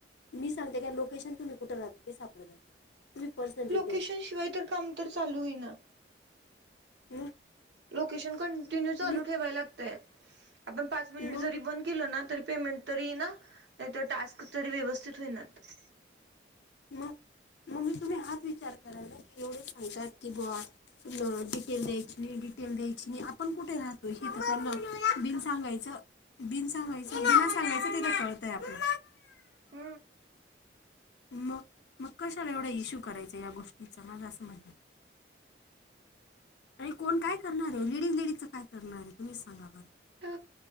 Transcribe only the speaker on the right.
तिशा शिवाय तर काम तर चालू होई ना
लोकेशन कंटिन्यू चालू
ठेवाय लागतय. आपण पाच मिनिट
जरी बंद केल ना तरी पेमेंट तरी येई ना नायतर टास्क तरी व्यवस्थित होईनात.
आ
ह